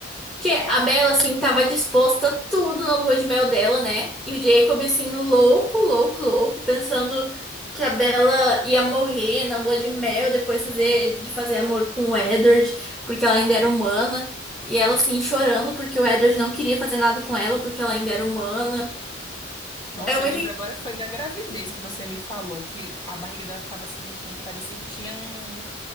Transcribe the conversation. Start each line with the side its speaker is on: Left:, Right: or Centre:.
Centre: Porque a Bella, assim, tava disposta a tudo na lua de mel dela, né? E o Jacob, assim, louco, louco, louco, pensando que a Bella ia morrer na lua de mel, depois fazer, de fazer amor com o Edward, porque ela ainda era humana. E ela, assim, chorando porque o Edward não queria fazer nada com ela, porque ela ainda era humana.
Left: Nossa,
Centre: É muito
Left: eu lembro agora foi da gravidez que você me falou, que a barriga dela ficava se mexendo, parecia que tinha um,